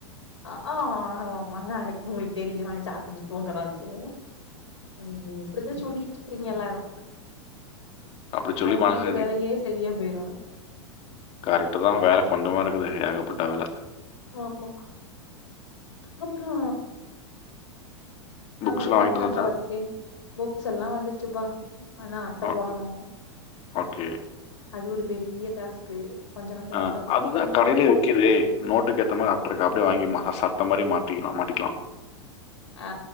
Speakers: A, on the left (about 80°); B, on the left (about 40°).
A: ஆ் ஆமாமா நா எனக்கு உங்களுக்கு தெரியும் நாங்க சாப்பிட்டு தூங்கறோான்ட்டு ம். அப்படித சொல்லிட்டு இருக்கிறீங்க எல்லாரும்.
B: அப்படி சொல்லி
A: அது
B: மனச
A: வீட்டு வேலையே சரியா போயிரு
B: கரெட்டு தா வேல கொண்டமா இருக்குது ஏகப்பட்ட வேல
A: ஆமா அப்றோ நமக்கு
B: புக்ஸ்லாம்
A: வொர்க்
B: வாங்கிட்டு வந்தாச்சா?
A: அந்த வொர்க்கே புக்ஸ் எல்லா வந்துருசுப்பா ஆனா அட்ட
B: ஓகே.
A: போடணு
B: ஓகே.
A: அது ஒரு பெரிய டாஸ்க்கு கொஞ்ச நஞ்ச
B: ஆ
A: நோட்டா குடுத்துருக்காங்களே
B: அதுதா கடையிலே விக்குதே நோட்டுக்கு ஏத்த மாதிரி அட்டு இருக்கு அப்படியே வாங்கி மா அ மாரியே மாட்டிக்கலா மாட்டிக்கலா
A: ஆ